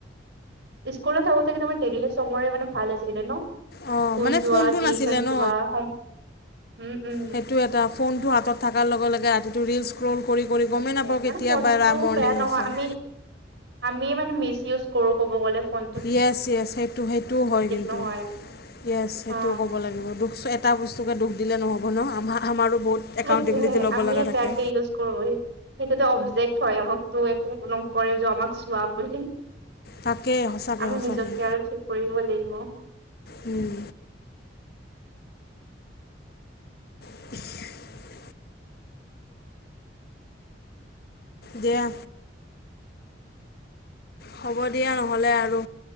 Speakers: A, on the right; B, on the left.
A: স্কুলত থাকোতে কিন্তু আমাৰ ডেইলী চবৰে মানে ভাল আছিলে নহ।
B: অঁ
A: স্কুল
B: মানে
A: যোৱা
B: ফোনটো
A: টিউচন
B: নাছিলে ন
A: যোৱা উম উম।
B: সেইটো এটা ফোনটো হাতত থকাৰ লগে লগে ৰাতিটো ৰিলচ ৰ'ল কৰি
A: তাকে
B: গমেই নাপাওঁ
A: মানে
B: কেতিয়াবা‌
A: ফোনটো
B: ৰাম মৰ্ণিং
A: বেয়া নহয়
B: হৈছে।
A: আমি আমি মানে মিচ ইউজ কৰো ক'ব গলে ফোন।
B: য়েছ য়েছ সেইটো সেইটোও হয় কিন্তু
A: নহয়।
B: য়েছ সেইটোও
A: অ
B: ক'ব লাগিব দুখ এটা বস্তুকে দুখ দিলে নহ'ব নহ আমাৰ আমাৰো বহুত
A: তাকে
B: একাউণ্টেবিলিটি ল'ব
A: আমি
B: লগা থাকে
A: বেয়াকে ইউজ কৰোঁ সেইটোতে অবজেক্ট হয় আমাক তহ একো নকৰে তহ আমাক চোৱা বুলি
B: তাকেই সঁচাকৈ
A: আমি
B: সঁচাকৈ
A: নিজকে আৰু কৰিব লাগিব।
B: উম। <inaudible> দিয়া হ'ব দিয়া নহ'লে আৰু